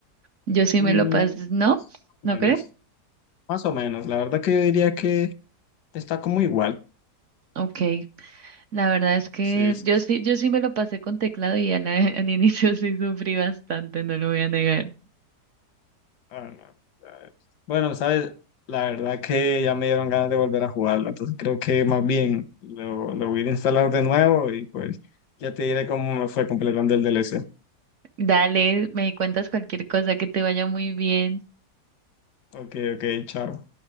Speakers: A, on the right; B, on the left.
A: Yo sí
B: Mm,
A: me lo pasé, ¿no? ¿No
B: menos,
A: crees?
B: más o menos. La verdad que yo diría que está como igual.
A: Ok. La verdad es que
B: Sí, sí.
A: yo sí, yo sí me lo pasé con teclado y al, <laughs> al inicio sí sufrí bastante, no lo voy a negar.
B: Ah, no. Ah, Bueno, sabes, la verdad que ya me dieron ganas de volver a jugarlo, entonces creo que más bien lo, lo voy a instalar de nuevo y pues ya te diré cómo me fue completando el DLC.
A: Dale, me cuentas cualquier cosa, que te vaya muy bien.
B: Ok, ok, chao.